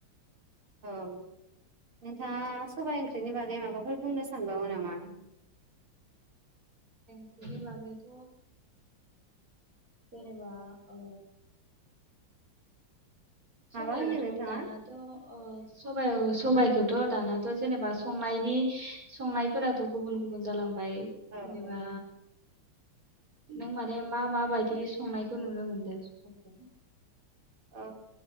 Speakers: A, on the right (about 75°); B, on the right (about 40°).
A: औ नोंथाङा सबाय ओं ख्रिनि बागै माबाफोर बुंनो सानबावो नामा?
B: बिनि बागैथ जेनेबा ओ सबाय
A: माबा होनदों
B: ओंख्रि
A: नोंथाङा
B: दानाथ ओ सबायअ सबायखौथ दानाथ जेनेबा संनायनि संनायफोराथ गुबुन गुबुन जाालां बाय जेनेबा
A: औ
B: नों माने मा मा माबायदि संनायखौ नुनो मोनदों स <unintelligible>
A: ओ